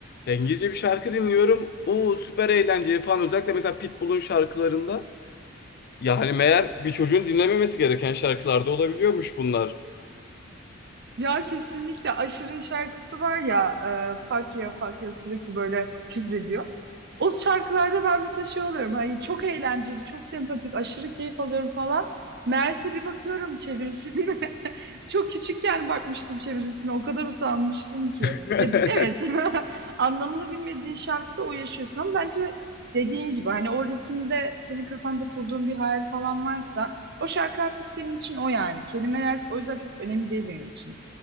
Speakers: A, on the left; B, on the right.
A: ya İngilizce bir şarkı dinliyorum. Oo süper eğlenceli falan özellikle mesela Pitbull'un şarkılarında yani meğer bir çocuğun dinlememesi gereken şarkılarda olabiliyormuş bunlar.
B: Ya kesinlikle Aşır'ın şarkısı var ya e, Fuck ya fuck ya sürekli böyle küfrediyor. O şarkılarda ben mesela şey oluyorum. Hayır çok eğlenceli, çok sempatik, aşırı keyif alıyorum falan. Meğerse bir bakıyorum çevirisine. <laughs> Çok küçükken bakmıştım çevirisine. O kadar utanmıştım ki.
A: <laughs>
B: Ya, evet <laughs> anlamını bilmediğin şarkıda o yaşıyorsun ama bence dediğin gibi hani o ritimde senin kafanda kurduğun bir hayal falan varsa o şarkı artık senin için o yani. Kelimeler o yüzden çok önemli değil benim için.